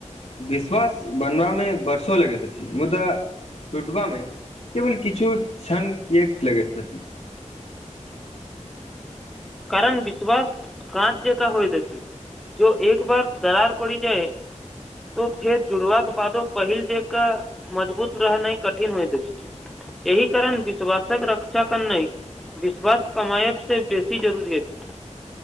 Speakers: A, on the left (about 55°); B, in the centre.
A: विश्वास बनबामे वर्षो लगैत अछि मुदा टूटबामे केवल किछु क्षण कियक लगैत छथिन
B: कारण विश्वास काँच जका होइत अछि जो एक बार दरार पड़ी जाइ तो फेर जुड़बाका बादो पहिल जंका मजबूत रहनाइ कठिन होइत अछि एहि कारण विश्वासक रक्षा करनाय विश्वास कमाायब से बेस ई जरूरी अछी